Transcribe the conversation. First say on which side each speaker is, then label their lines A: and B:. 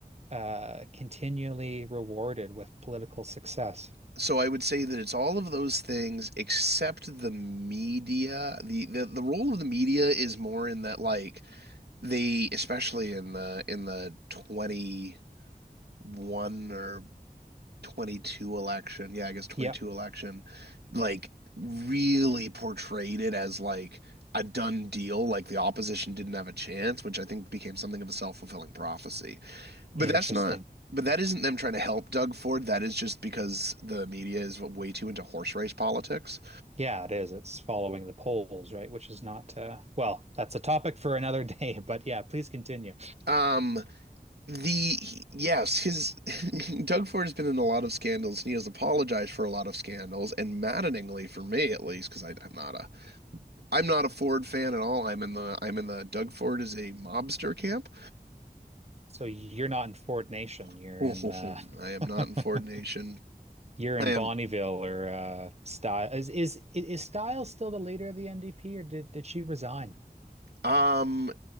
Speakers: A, on the right; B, on the right.
A: uh, continually rewarded with political success?
B: So I would say that it's all of those things except the media. The, the the role of the media is more in that like they especially in the in the 21 or 22 election. Yeah, I guess 22
A: Yeah,
B: election like really portrayed it as like a done deal, like the opposition didn't have a chance, which I think became something of a self-fulfilling prophecy. But
A: interesting.
B: that's not but that isn't them trying to help Doug Ford. That is just because the media is way too into horse race politics.
A: Yeah, it is. It's following the polls, right? Which is not, uh, well, that's a topic for another <laughs> day, but yeah, please continue.
B: Um, the yes, his <laughs> Doug Ford has been in a lot of scandals and he has apologized for a lot of scandals. And maddeningly for me, at least, because I'm not a I'm not a Ford fan at all. I'm in the I'm in the Doug Ford is a mobster camp.
A: So you're not in Ford Nation, you're
B: <laughs> I
A: in uh
B: am
A: <laughs>
B: not in Ford Nation.
A: You're
B: I
A: in
B: am
A: Bonneville or uh Style is is is Style still the leader of the NDP or did did she resign?
B: um